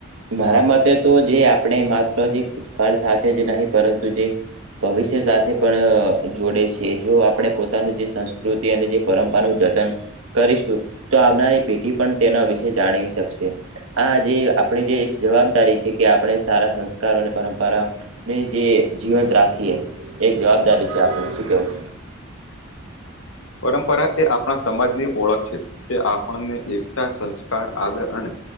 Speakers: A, on the right; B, on the left.
A: મારા મતે તો જે આપણે માત્ર જે ભૂતકાળ સાથે જ નહી પરંતુ જે ભવિષ્ય સાથે પણ જોડે છે, જો આપણે પોતાનું જે સંસ્કૃતિ અને જે પરંપરાનું જતન કરીશું તો આવનારી પેઢી પણ તેના વિશે જાણી શકશે. આ જે આપણે જે એક જવાબદારી છે, કે આપણે સારા સંસ્કારોને પરંપરાઓ ને જે જીવંત રાખીએ એક જવાબદારી છે, આપણે શું કેવું?
B: પરંપરા એ આપણા સમાજની ઓળખ છે. તે આપણને એકતા, સંસ્કાર, આદર અને